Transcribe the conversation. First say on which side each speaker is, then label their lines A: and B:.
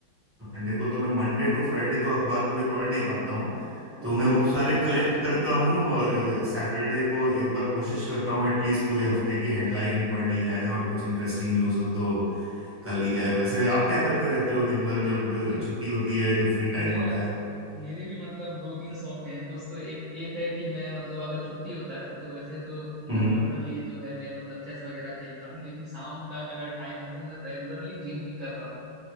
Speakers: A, on the right (about 20°); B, on the right (about 80°).
A: संडे को तो मैं मंडे टू फ्राइडे तो अखबार पूरे पढ़ नहीं पाता हूँ तो
B: ओके
A: मैं वो
B: अखबार
A: सारे
B: नहीं
A: कलेक्ट
B: पढ़ता
A: करता हूँ और सैटरडे को एक बार कोशिश करता हूँ एटलीस्ट पूरे हफ्ते की हेडलाइन पढ़ ली जाए और कुछ इंटरेस्टिंग न्यूज़ हो तो कर ली जाए वैसे आप क्या करते रहते हो दिन भर जब
B: अरे
A: छुट्टी होती है जब फ्री टाइम
B: मेरा
A: होता है
B: मेरे भी मतलब दो तीन शौक हैं कुछ तो एक एक है कि मैं मतलब अगर छुट्टी होता है तो वैसे तो
A: हम्म
B: जनरली जो है मैं मतलब चेस वगैरह खेलता हूँ लेकिन शाम का अगर टाइम है तो मैं रेगुलरली जिम भी कर रहा हूँ